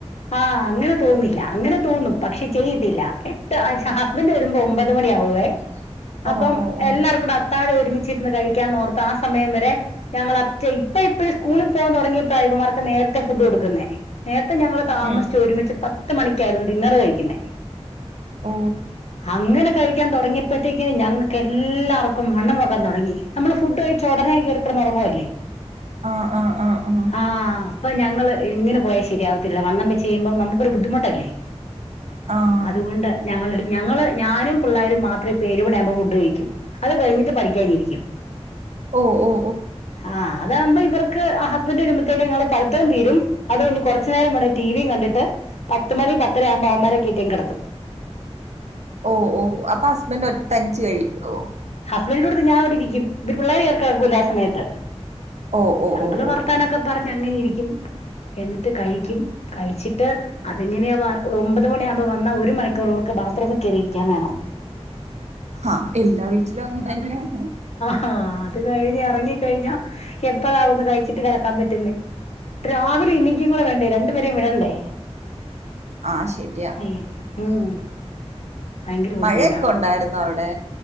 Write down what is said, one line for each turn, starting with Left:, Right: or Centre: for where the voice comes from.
Left: ആഹ് അങ്ങനെ തോന്നില്ല അങ്ങനെ തോന്നും പക്ഷെ ചെയ്യത്തില്ല എട്ട് ഹസ്ബൻഡ് വരുമ്പോ ഒമ്പത് മണി ആവും പോവേ
Right: ഓ
Left: അപ്പം
Right: ഓ ഓ
Left: എല്ലാർക്കൂടെ അ അത്താഴം ഒരുമിച്ചിരുന്ന് കഴിക്കാൻ ഓർത്ത് ആഹ് സമയം വരെ ഞങ്ങളറ്റ ഇപ്പൊ ഇപ്പ സ്കൂളിൽ പോകാൻ തുടങ്ങിയപ്പോ ഇവന്മാർക്ക് നേരത്തെ ഫുഡ് കൊടുക്കുന്നെ നേരത്തെ ഞങ്ങള് താമസിച്ച്
Right: ഉം
Left: ഒരുമിച്ച് പത്ത് മണിക്കായിരുന്നു ഡിന്നറ് കഴിക്കുന്നേ
Right: ഓ
Left: അങ്ങനെ കഴി ക്കാൻ തുടങ്ങിയപ്പോഴത്തേക്ക് ഞങ്ങൾക്ക് എല്ലാവർക്കും വണ്ണം വെക്കാൻ തുടങ്ങി നമ്മള് ഫുഡ് കഴിച്ച് ഉടനെ കയറിക്കടന്ന് ഉറങ്ങുവല്ലേ
Right: ആഹ് ആഹ് ആഹ് ആഹ്
Left: ആഹ് അപ്പൊ ഞങ്ങള് ഇങ്ങനെ പോയാ ശെരിയാവത്തില്ല വണ്ണം വെച്ച് കഴിയുമ്പം നമുക്കൊരു ബുദ്ധിമുട്ടല്ലേ
Right: ആഹ്
Left: അതുകൊണ്ട് ഞങ്ങള് ഞങ്ങള് ഞാനും പിള്ളരും മാത്രം ഇപ്പോൾ ഏഴ്മണിയാകുമ്പോൾ ഫുഡ് കഴിക്കും അത് കഴിഞ്ഞിട്ട് പഠിക്കാനിരിക്കും
Right: ഓഹ് ഓഹ്
Left: ആഹ് അതാകുമ്പോ ഇവർക്ക് ഹസ്ബൻഡ് വരുമ്പത്തേന് ഞങ്ങളെ പഠുത്തോം തീരും അത് കൊണ്ട് കുറച്ച് നേരം വരെ ടീവിയും കണ്ടിട്ട് പത്ത് മണി പത്തരയാവുമ്പവന്മാരെ കേറ്റിയങ്ങ് കിടത്തും
Right: ഓഹ് ഓഹ് അപ്പൊ ഹസ്ബൻഡ് ഒ തനിച്ച് കഴിക്കുവോ
Left: ഹസ്ബൻഡിന്റെ കൂട്ടത്തിൽ ഞാനവിടിരിക്കും ഇവര് പിള്ളേര് കേറി കെടക്കൂല്ലേ ആഹ് സമയത്ത്
Right: ഓ ഓ
Left: ഞങ്ങള്
Right: ഓ ഓ
Left: വർത്താനൊക്കെ
Right: ഓ
Left: പറഞ്ഞ് അങ്ങനെ ഇരിക്കും എന്നിട്ട് കഴിക്കും
Right: ആ
Left: കഴിച്ചി ട്ട് അതെങ്ങനെയാ ഒമ്പത് മണിയാകുമ്പോ വന്നാ ഒരു മണിക്കൂറിവർക്ക് ബാത്റൂമിൽ കയറിയിരിക്കാൻ വേണം
Right: ആഹ് എല്ലാ വീട്ടിലും അങ്ങനെ തന്നെയാണ്
Left: ആഹ് അത് കഴിഞ്ഞ് ഇറങ്ങി കഴിഞ്ഞാ എപ്പഴാ ഒന്ന് കഴിച്ചിട്ട് കിടക്കാൻ പറ്റുന്നെ രാവിലെ എണീക്കുംകൂടെ വേണ്ടേ രണ്ടു പേരേം വിടണ്ടേ
Right: ആഹ് ശെരിയാ
Left: ഉം ഉം ഭയങ്കര ബുദ്ധിമുട്ടാണ്
Right: മഴയൊക്കെ ഉണ്ടായിരുന്നോ അവിടെ